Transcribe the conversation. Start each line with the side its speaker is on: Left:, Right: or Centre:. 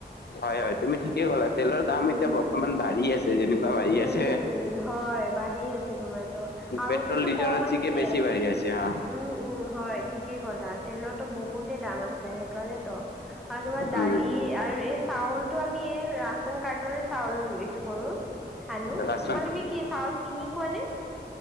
Left: হয় হয় তুমি ঠিকে ক'লা তেলৰ
Centre: উম
Left: দাম এতিয়া বৰ্তমান বাঢ়ি আছে যেনে বাঢ়ি
Centre: উম
Left: আছে
Centre: উম হয় বাঢ়ি আছে তোমাৰতো আগতেতো
Left: পেট্ৰল ডিজেল
Centre: কম আছিলে
Left: চিকি বেছি বাঢ়ি আছে অ
Centre: উম, উম হয় ঠিকেই কলা তেলৰটো বহুতে দাম আছে সেইকাৰণে ত'। আৰু তোমাৰ
Left: উম
Centre: দালি আৰু এই চাউলটো আমি এই ৰাচন কাৰ্টৰে চাউল এইটো কৰো। আনো
Left: ৰাচন
Centre: তোমালোকে কি চাউল কিনি খোৱা নে